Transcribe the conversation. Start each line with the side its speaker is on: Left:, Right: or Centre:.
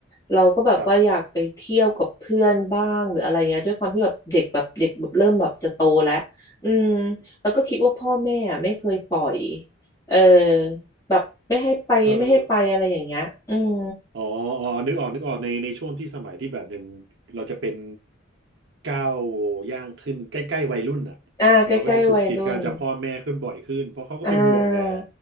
Left: เราก็แบบว่าอยากไปเที่ยวกับเพื่อนบ้างหรืออะไรเงี้ยด้วยความที่แบบเด็กแบบเด็กแบบเริ่มแบบจะโตแล้ว
Right: ครับ
Left: อืมแล้วก็คิดว่าพ่อแม่อะไม่เคยปล่อยเออแบบไม่ให้ไปไม่ให้ไปอะไรอย่างเงี้ยอืม
Right: เออ อ๋ออ๋อนึกออกนึกออกในในช่วงที่สมัยที่แบบยังเราจะเป็นก้าวย่างขึ้นใกล้ๆวัยรุ่นน่ะ
Left: อ่าใกล้ๆวัยรุ่น
Right: เราก็จะถูกกีดกันจากพ่อแม่ขึ้นบ่อยขึ้นเพราะเขาก็เป็นห่วงแหละ
Left: อ่า